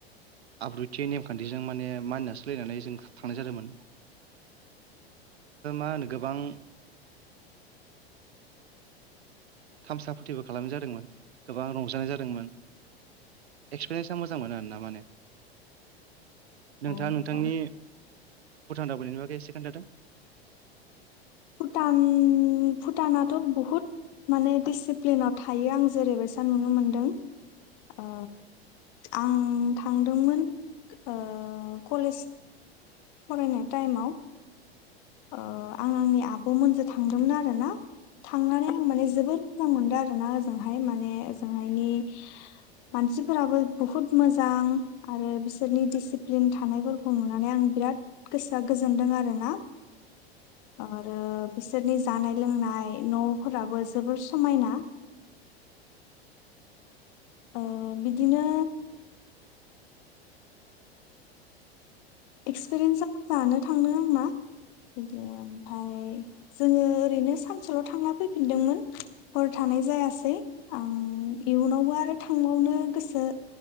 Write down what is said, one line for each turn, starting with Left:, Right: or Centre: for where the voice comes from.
Right: आब्रुथि नेमखान्थिजों माने मानिना सोलायनानै जों थांनाय जादोंमोन मा होनो गोबां थामसा फोथिबो खालामनाय जादोंमोन। गोबां रंजानाय जादोंमोन? एक्सपिरियेन्सा मोजां मोनो आरोना माने।
Left: <unintelligible>
Right: नोंथाङा
Left: औ
Right: नोंथांनि
Left: औ
Right: भुटान दावबाइनायनि बागै एसे खोन्थादों
Left: भुटान भुटानाथ' बहुत माने डिसिप्लिनाव थायो आं जेरैबायसा नुनो मोनदों अ आं थांदोंमोन ओ कलेज फरायनाय टाइमाव ओ आं आंनि आब'मोनजों थांदोंमोन आरोना? थांनानै आं माने जोबद मोजां मोनदों आर ना ओजोंहाय माने ओजोंहायनि मानसिफोराबो बुहुत मोजां आरो बिसोरनि डिसिप्लिन थानायफोरखौ नुनानै आं बिराद गोसोआ गोजोनदों आरोना आरो बिसोरनि जानाय लोंनाय न'फोराबो जोबोर समायना ओ बिदिनो एक्सपिरियेन्स मोजाङानो थांदों आंना बिदिनो ओमफाय जोङो ओरैनो सानसेल थांना फैफिनदोंमोन हरथा नाय जायासै ओं इयुनावबो आरो थांबावनो गोसो